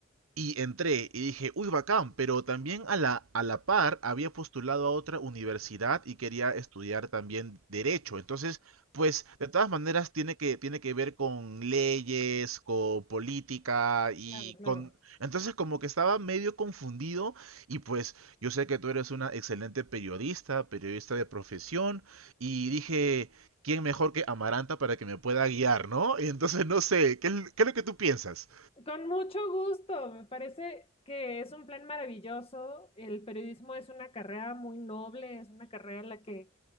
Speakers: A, on the right; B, on the left.
A: y entré y dije, uy, bacán, pero también a la, a la par había postulado a otra universidad y quería estudiar también derecho. Entonces, pues, de todas maneras tiene que, tiene que ver con leyes, con política y
B: Claro, claro.
A: con... Entonces, como que estaba medio confundido y pues yo sé que tú eres una excelente periodista, periodista de profesión, y dije, ¿quién mejor que Amaranta para que me pueda guiar, ¿no? <laughs> Y entonces, no sé, ¿qué, es- qué es lo que tú piensas?
B: Con mucho gusto. Me parece que es un plan maravilloso. El periodismo es una carrera muy noble, es una carrera en la que